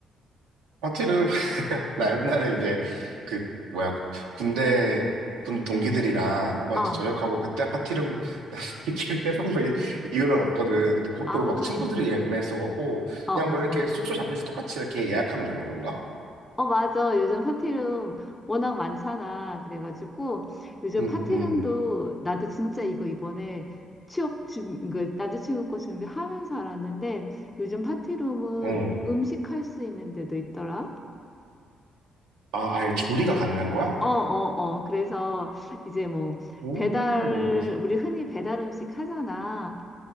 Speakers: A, on the right; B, on the left.
A: 파티룸? <laughs> 나 옛날에 이제 그 뭐야 군대 군 동기들이랑 한번
B: 어,
A: 이제 저녁하고 그때 파티룸 나들끼리 <laughs> 해본 거 이- 이유는 없거든. 근데 그것도
B: 아,
A: 막 친구들이 예매했어갖고
B: 어, 어,
A: 그냥 뭐 이렇게
B: 어.
A: 숙소 잡듯이 똑같이 이렇게 예약하면 되는 건가?
B: 어, 맞아. 요즘 파티룸 워낙 많잖아. 그래가지고 요즘
A: 응,
B: 파티룸도
A: 응,
B: 나도 진짜 이거 이번에 취업 준, 그 남자친구 거 준비하면서 알았는데 요즘 파티룸은
A: 응.
B: 음식할 수 있는 데도 있더라.
A: 아, 아예 조리가 가능한 거야?
B: 어, 어, 어. 그래서 이제 뭐
A: 오,
B: 배달, 우리 흔히 배달 음식 하잖아.